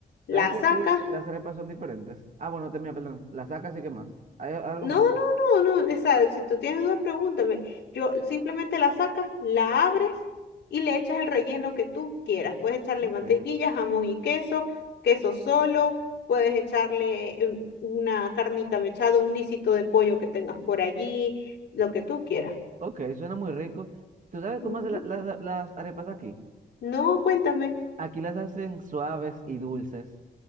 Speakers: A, on the left; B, on the right.
A: La
B: ¿Sabes que
A: sacas
B: aquí las arepas son diferentes? Ah, bueno, termina, perdón. Las sacas y qué más. ¿Hay algo
A: No,
B: más?
A: no, no, no. O sea, si tú tienes dudas, pregúntame. Yo simplemente la sacas, la abres y le echas el relleno que tú quieras. Puedes echarle
B: Ok.
A: mantequilla, jamón y queso, queso solo, puedes echarle eh, una carnita mechada, un guisito de pollo que tengas por allí, lo que tú quieras.
B: Ok, suena muy rico. ¿Tú sabes
A: Ujú.
B: cómo hacen la- las las arepas aquí?
A: No, cuéntame.
B: Aquí las hacen suaves y dulces.